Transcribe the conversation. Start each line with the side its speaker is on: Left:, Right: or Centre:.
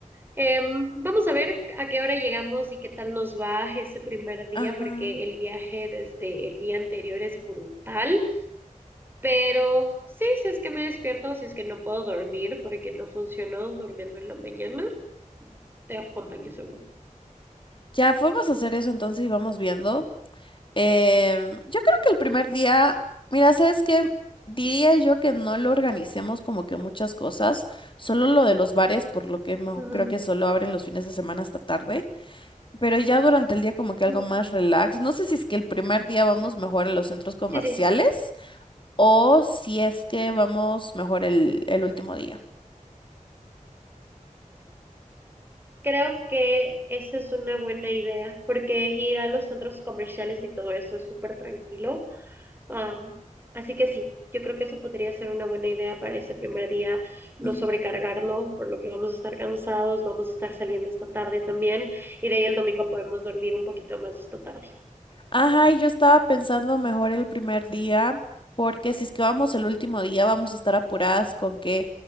Right: em, vamos a ver a qué hora llegamos y qué tal nos va ese primer día,
Left: Ajá.
Right: porque el viaje desde el día anterior es brutal, pero sí, si es que me despierto, si es que no puedo dormir porque no funcionó durmiendo en la mañana, te acompaño seguro.
Left: Ya podemos hacer eso entonces y vamos viendo. Em, yo creo que el primer día, mira, ¿sabes qué? Diría yo que no lo organicemos como que muchas cosas, solo lo de los bares, por lo que mo-
Right: Ujú,
Left: creo que solo abren los fines de semana hasta tarde, pero ya durante el día como que algo
Right: ujú.
Left: más relax. No sé si es que el primer día vamos mejor a los centros comerciales
Right: Sí, sí,
Left: O si es que vamos mejor el, el último día.
Right: Creo que esa es una buena idea, porque ir a los centros comerciales y todo eso es súper tranquilo. Am, así que sí, yo creo que eso podría ser una buena idea para ese primer día, no
Left: Mm.
Right: sobrecargarlo, por lo que vamos a estar cansados, vamos a estar saliendo esta tarde también, y de ahí el domingo podemos dormir un poquito más esta tarde.
Left: Ajá, y yo estaba pensando mejor el primer día, porque si es que vamos el último día, vamos a estar apuradas con que